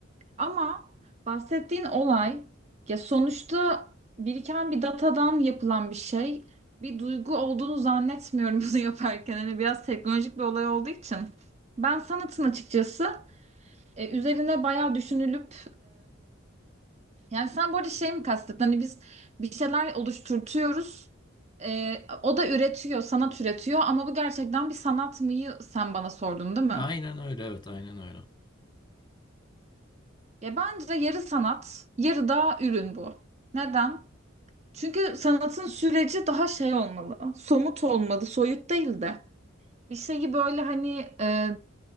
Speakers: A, on the right; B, on the left.
A: Ama bahsettiğin olay ya sonuçta biriken bir datadan yapılan bir şey. Bir duygu olduğunu zannetmiyorum <laughs> bunu yaparken. Hani biraz teknolojik bir olay olduğu için. Ben sanatın açıkçası e, üzerine bayağı düşünülüp yani sen bu arada şey mi kastettin? Hani biz bir şeyler oluşturtuyoruz. e, o da üretiyor, sanat üretiyor ama bu gerçekten bir sanat mıyı sen bana sordun değil mi?
B: Aynen öyle evet aynen öyle.
A: Ya bence yarı sanat, yarı da ürün bu. Neden? Çünkü sanatın süreci daha şey olmalı, somut olmalı, soyut değil de. Bir şeyi böyle hani e,